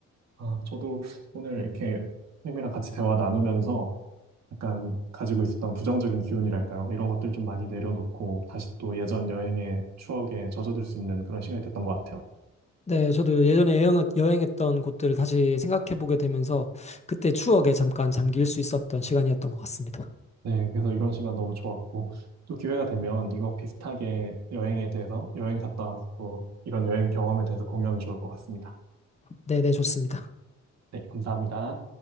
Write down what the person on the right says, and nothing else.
아, 저도 오늘 이렇게 선생님이랑 같이 대화 나누면서 약간 가지고 있었던 부정적인 기운이랄까요? 이런 것들 좀 많이 내려놓고 다시 또 예전 여행의 추억에 젖어들 수 있는 그런 시간이 됐던 것 같아요.
네, 그래서 이런 시간 너무 좋았고, 또 기회가 되면 이거 비슷하게 여행에 대해서, 여행 갔다 와서 또 이런 여행 경험에 대해서 공유하면 좋을 것 같습니다.
네, 감사합니다.